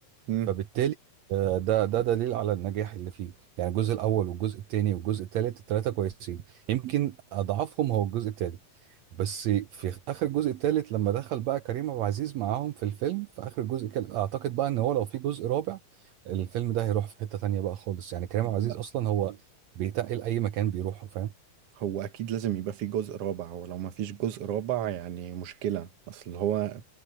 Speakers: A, on the right (about 60°); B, on the right (about 75°).
A: مم.
B: فبالتالي آه، ده ده دليل على النجاح اللي فيه يعني الجزء الاول والجزء الثاني والجزء الثالث الثلاثه كويسين يمكن اضعفهم هو الجزء الثالث بس في اخر الجزء الثالث لما دخل بقى كريم عبد العزيز معاهم في الفيلم في اخر الجزء كان اعتقد بقى ان هو لو في جزء رابع الفيلم ده هيروح في حته تانيه بقى خالص يعني كريم
A: لا
B: عبد العزيز اصلا هو بيتقل اي مكان بيروحه فاهم
A: هو اكيد لازم يبقى في جزء رابع ولو ما فيش جزء رابع يعني مشكلة اصل هو